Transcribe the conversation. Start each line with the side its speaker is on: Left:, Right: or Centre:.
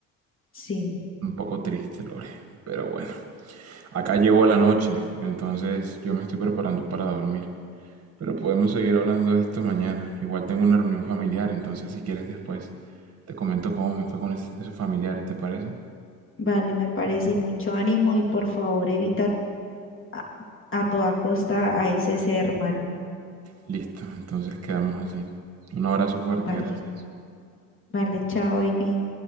Left: Sí,
Right: Un poco triste, Lore. Pero bueno, acá llegó la noche, entonces yo me estoy preparando para dormir. Pero podemos seguir hablando de esto mañana. Igual tengo una reunión familiar, entonces si quieres después te comento cómo me fue con ese- esos familiares, ¿te parece?
Left: vale, me parece. Y mucho ánimo y por favor evita a, a toda costa a ese ser malo.
Right: Listo, entonces quedamos así. Un abrazo fuerte,
Left: Vale,
Right: gracias.
Left: vale, chao, baby.